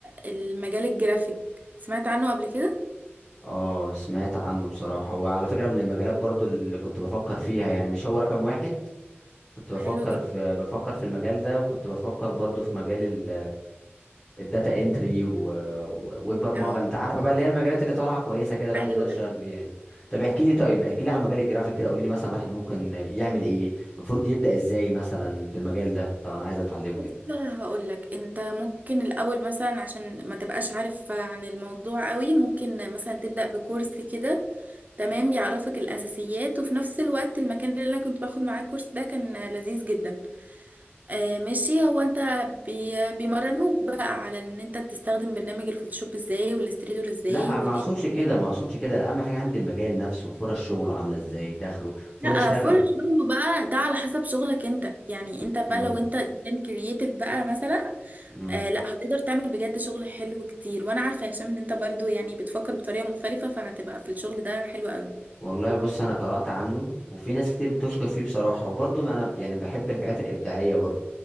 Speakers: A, on the right; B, on the left.
A: المجال الجرافيك سمعت عنه قبل كده
B: اه سمعت عنه بصراحة هو على فكرة من المجالات برضو اللي كنت بفكر فيها يعني مش هو رقم واحد كنت بفكر
A: حلو جدا
B: في بفكر في المجال ده وكنت بفكر برضو في مجال الداتا انتري و... و- والبرمجه
A: اه
B: انت عارف بقى اللي هي المجالات اللي طالعه كويسه كده الواحد
A: ايوه
B: يقدر يشتغل
A: أيوة.
B: بيها يعني طب احكي لي طيب احكي لي عن مجال الجرافيك كده قولي لي مثلا واحد ممكن يعمل ايه المفروض يبدا ازاي مثلا في المجال ده لو انا عايز اتعلمه
A: بص
B: يعني
A: انا هقول لك انت ممكن الاول مثلا عشان ما تبقاش عارف عن الموضوع قوي ممكن مثلا تبدا بكورس كده تمام بيعرفك الاساسيات وفي نفس الوقت المكان اللي انا كنت باخد معاه الكورس ده كان لذيذ جدا آه ماشي هو انت بي بيمرنوك بقى على ان انت تستخدم برنامج الفوتوشوب ازاي والاستريتور ازاي
B: لا
A: والانسباين
B: ما اقصدش كده ما اقصدش كده اهم حاجه عندي المجال نفسه فرص شغله عامله ازاي دخله فرص
A: لا
B: اشتغل
A: فرق شغله بقى ده على حسب شغلك انت يعني انت بقى
B: امم
A: لو انت انسان كرييتيف بقى مثلا
B: امم
A: آه لا هتقدر تعمل بجد شغل حلو كتير وانا عارفه يا هشام ان انت برضو يعني بتفكر بطريقه مختلفه فهتبقى في الشغل ده حلو قوي
B: والله بص انا قرات عنه وفي ناس كتير بتشكر فيه بصراحه وبرضه انا يعني بحب الحاجات الابداعيه برضه